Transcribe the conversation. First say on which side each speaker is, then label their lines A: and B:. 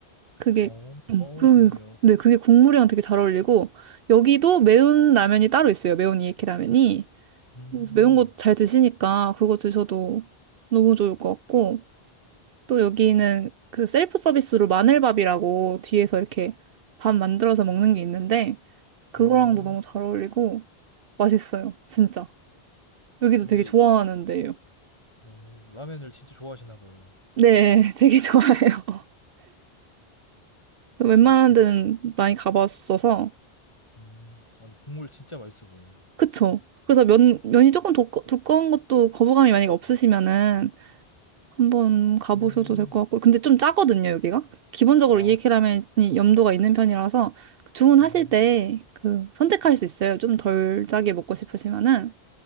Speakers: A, on the right (about 70°); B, on the left (about 30°).
A: 그게
B: 어.
A: 음,
B: 어
A: 그
B: 그러네요.
A: 네, 그게 국물이랑 되게 잘 어울리고 여기도 매운 라면이 따로 있어요. 매운 이에케 라면이.
B: 음.
A: 그래서 매운 거 잘 드시니까 그거 드셔도 너무 좋을 것 같고, 또 여기는
B: 어.
A: 그 셀프 서비스로 마늘밥이라고 뒤에서 이렇게 밥 만들어서 먹는 게 있는데, 그거랑도
B: 오.
A: 너무 잘 어울리고, 맛있어요. 진짜. 여기도
B: 근데
A: 되게 좋아하는데요.
B: 어 라멘을 진짜 좋아하시나 봐요.
A: 네, <laughs> 되게 좋아해요. 웬만한
B: 저 이 국
A: 데는 많이 가봤어서,
B: 음. 아 근데 국물 진짜 맛있어 보여요.
A: 그쵸? 그래서 면, 면이 조금 두꺼, 두꺼운 것도 거부감이 만약에 없으시면은, 한번 가보셔도
B: 음.
A: 될 것 같고. 근데 좀 짜거든요, 여기가. 기본적으로
B: 아
A: 이케 라면이 염도가 있는 편이라서 주문하실
B: 음.
A: 때 그 선택할 수 있어요. 좀 덜 짜게 먹고 싶으시면은.